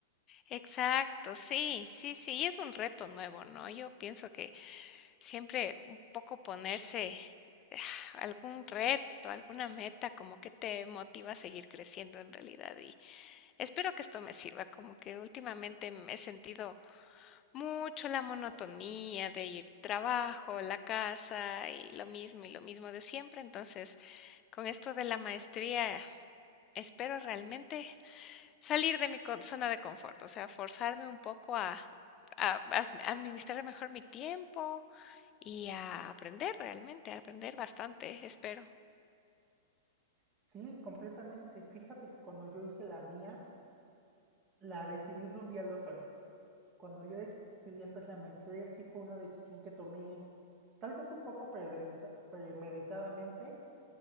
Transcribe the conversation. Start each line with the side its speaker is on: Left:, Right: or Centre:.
Left: Exacto, sí, sí, sí, y es un reto nuevo, ¿no? Yo pienso que Siempre un poco ponerse eh, algún reto, alguna meta, como que te motiva a seguir creciendo en realidad. Y espero que esto me sirva, como que últimamente me he sentido mucho la monotonía de ir trabajo, la casa y lo mismo y lo mismo de siempre. Entonces, con esto de la maestría, espero realmente salir de mi con- zona de confort, o sea, forzarme un poco a... a- a administrar mejor mi tiempo, y a aprender realmente, a aprender bastante, espero.
Right: Sí, completamente. Fíjate que cuando yo hice la mía, la decidí de un día al otro. Cuando yo decidí hacer la maestría, sí fue una decisión que tomé, tal vez un poco premeditadamente,